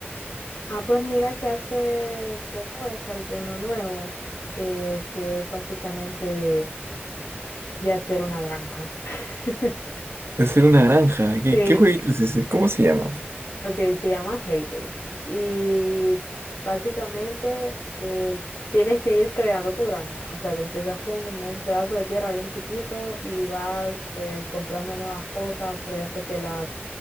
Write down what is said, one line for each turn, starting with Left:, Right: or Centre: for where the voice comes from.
Left: Ah, pues mira que hace poco descargué uno nuevo, eh, que es básicamente de, de hacer una granja. <laughs>
Right: Es ser una granja. ¿Qué,
Left: Sí,
Right: qué jueguito es ese? ¿Cómo se llama?
Left: Ok, se llama Heyday. Y básicamente eh, tienes que ir creando tu granja. O sea, te empiezas con un pedazo de tierra bien chiquito y vas pues comprando nuevas cosas. Por ejemplo, que la,